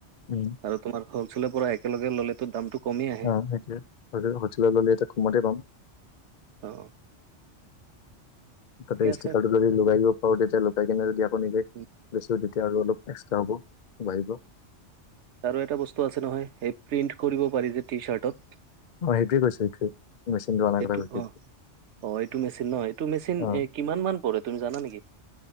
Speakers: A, on the left (about 45°); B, on the right (about 70°).
A: উম।
B: আৰু তোমাৰ হ'লছেৰ পৰা একেলগে ললেতো দামটো কমেই আহে
A: অ সেইটোয়ে হলেও হলচেল ললে এটা কমতে পাম।
B: অ অ
A: তাতে
B: আছে।
A: ষ্টিকাৰতো যদি লগাই দিব পাৰো তেতিয়া লগাই কিনে যদি আকৌ নিজে,
B: উম,
A: বেচো তেতিয়া আৰু অলপ এক্সট্ৰা হ'ব বাঢ়িব
B: আৰু এটা বস্তু আছে নহয় এই প্ৰিণ্ট কৰিব পাৰি যে টি-চাৰ্টত।
A: অঁ সেইটোৱে কৈছো সেইটোৱে মেচিনটো অনাৰ
B: এইটো
A: কথা কৈছো
B: অ,
A: এইটোৱে
B: অ এইটো মেচিন ন এইটো মেচিন
A: অঁ
B: এ কিমান মান পৰে তুমি জানা নেকি?